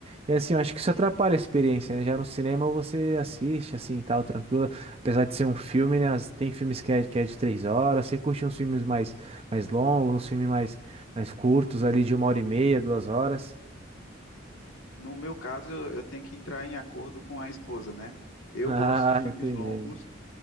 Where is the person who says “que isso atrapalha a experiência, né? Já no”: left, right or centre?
Right